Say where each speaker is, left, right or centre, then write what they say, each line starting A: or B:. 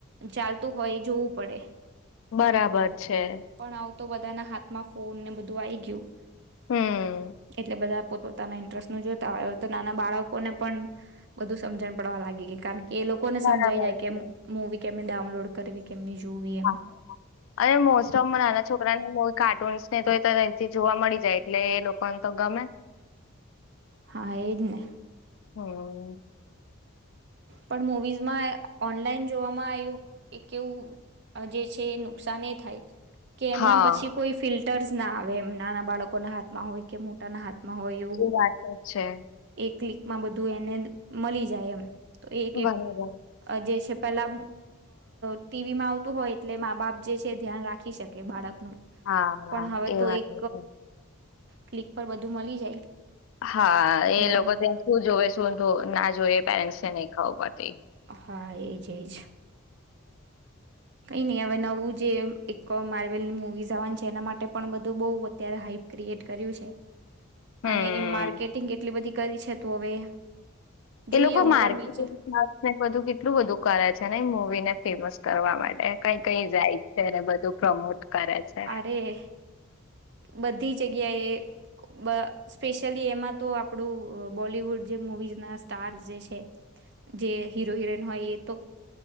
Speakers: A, on the right; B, on the left.
A: ચાલતુ તું હોય જોવું પડે.
B: બરાબર છે.
A: પણ આવું તો બધાના હાથમાં ફોન ને બધું આ આવી ગયું.
B: હમ
A: એટલે બધા પોતાના ઇન્ટરેસ્ટ જોતા હોયય તો નાના બાળકોને પણ બધુ સમજણ પડવા લાગી ગઈ કારણ કે કે એ લોકોને
B: બરાબર
A: સમજાઈ જાય કે
B: છે
A: મુવી કેમને ડાઉનલોડ કરવી કેમની જોવી
B: હા
A: એમ
B: અને મોસ્ટ ઓફ નાના છોકરાને કાર્ટૂનસ ન તો એથી જોવા મળી જાય એટલે. એ લોકોને તો ગમે
A: હા એ જ ને.
B: હમ
A: પણ મુવીઝમાં ઓનલાઈન જોવામાં આવું એક એવું જે છે નુકસાન એ થાય. કે એમાં
B: હા
A: પછી કોઈ ફિલ્ટર્સ ના આવે એમ નાના બાળકો ના હાથમાં હોય કે મોટાના હાથ હોય એવું
B: એ વાત તો છે
A: એક માં બધું એને મળી જાય એમ તો એ એક
B: બરાબર
A: જે છે પેલા ટીવીમાં આવતું હોય એટલે મા બાપ જે છે ધ્યાન રાખી શકે બાળક
B: હા
A: પણ હવે
B: એ
A: તો
B: વાત
A: એક
B: છે.
A: ક્લિક પર બધું મળી જાય.
B: હા
A: એટલે
B: એ લોકો ત્યાં શું જોવે શું ના જોઈ પેરેને નહી ખું પડ
A: હા એજ એજ કઈ નહી હવે નવું જે એક માર્વેલની મુવીઝ આવવાનું છે એના માટે પણ બધું બઉ અત્યારે હાઈ એટ કર છે
B: હમ
A: અને એની માર્કેટિંગ એટલી બધી કરી છે તો હવે જોઈએ
B: એ લોકો
A: હું
B: માર્કેટ
A: પણ વિચાર
B: બધું કેટલું બધું કરે છે ને એ મુવી ને ફેમસ કરવા માટે કઈ કઈ જાય છે બધું પ્રમોટ કરે છે.
A: અરે બધી જગ્યાએ સ્પેશિયલી એમાં તો આપણું બોલવુડ જે મુવીઝ ના સ્ટાર્સ જે છે જે હીરો હિરોઈન હોય એ તો